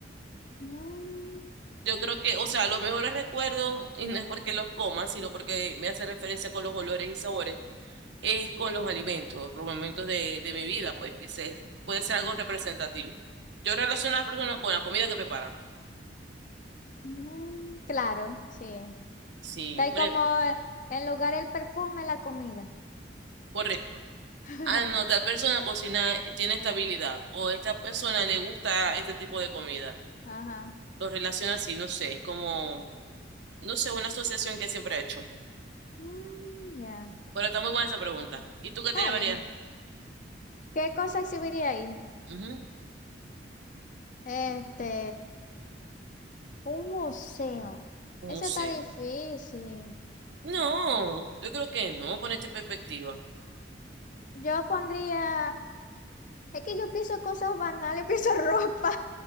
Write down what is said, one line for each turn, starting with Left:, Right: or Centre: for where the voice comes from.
Left: Mm,
Right: Yo creo que, o sea, los mejores recuerdos, y no es porque los coma, sino porque me hace referencia con los olores y sabores es con los alimentos, los momentos de, de mi vida, pues que se, puede ser algo representativo. Yo relaciono a las personas con la comida que preparan.
Left: mm, claro, sí.
Right: Sí,
Left: Está ahí
Right: por
Left: como
Right: ej-
Left: eh, en lugar el perfume, la comida.
Right: correcto.
Left: <laughs>
Right: Ah, no, tal persona cocina, eh, tiene esta habilidad, o esta persona le gusta este tipo de comida.
Left: Ajá.
Right: Lo relaciona así, no sé, es como, no sé, una asociación que siempre he hecho.
Left: Mm, ya.
Right: Pero está muy buena esa pregunta. ¿Y tú qué te
Left: Está
Right: llevarías?
Left: bien. ¿Qué cosa exhibiría ahí?
Right: Ujú,
Left: Este, un museo.
Right: Un
Left: Eso
Right: museo.
Left: está difícil.
Right: No, yo creo que no, ponerte en perspectiva.
Left: Yo pondría Es que yo pienso cosas banales, pienso ropa.